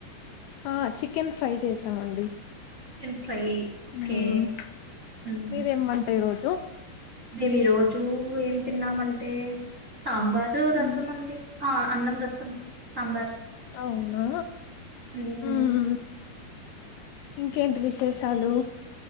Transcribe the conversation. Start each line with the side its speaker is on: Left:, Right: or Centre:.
Left: ఆ చికెన్ ఫ్రై చేసామండి.
Right: చికెన్ ఫ్రై
Left: ఉమ్
Right: కే మ్
Left: మీరేం వంట ఈరోజు
Right: మేం ఈ రోజు ఏం తిన్నామంటే సాంబార్ రసమండి
Left: ఉమ్
Right: ఆ అన్నం, రసం, సాంబార్.
Left: అవునా
Right: ఉమ్,
Left: హ్మ్ ఇంకేంటి విశేషాలు